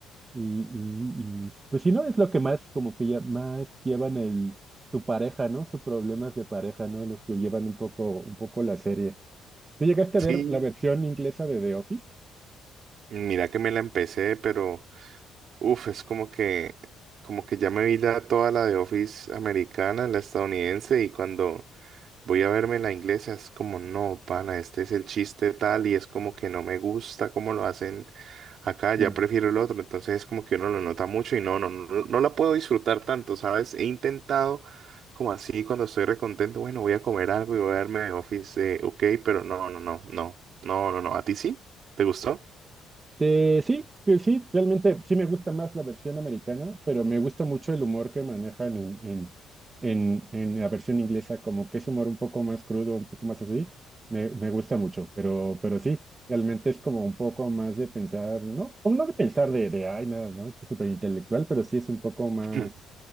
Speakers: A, on the right; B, on the right.
A: Y, y, y, pues si no, es lo que más, como que ya más llevan el, su pareja, ¿no? Sus problemas de pareja, ¿no? Los que llevan un poco, un poco la serie. ¿Tú llegaste a
B: sí.
A: ver la versión inglesa de The Office?
B: Mira que me la empecé, pero uf, es como que, como que ya me vi la, toda la de Office americana, la estadounidense, y cuando. Voy a verme la inglesa, es como, no, pana, este es el chiste tal y es como que no me gusta cómo lo hacen acá,
A: Sí.
B: ya prefiero el otro, entonces es como que uno lo nota mucho y no, no, no, no la puedo disfrutar tanto, ¿sabes? He intentado como así cuando estoy recontento, bueno, voy a comer algo y voy a verme de Office, eh, ok, pero no, no, no, no, no, no, no, ¿a ti sí? ¿Te gustó?
A: Eh, sí, que sí, realmente sí me gusta más la versión americana, pero me gusta mucho el humor que manejan en, en, en, en la versión inglesa, como que es humor un poco más crudo, un poco más así, me, me gusta mucho, pero, pero sí, realmente es como un poco más de pensar, ¿no? Como no de pensar de, de ay, nada, ¿no? Que es súper intelectual, pero sí es un poco más,
B: <laughs> <clears throat>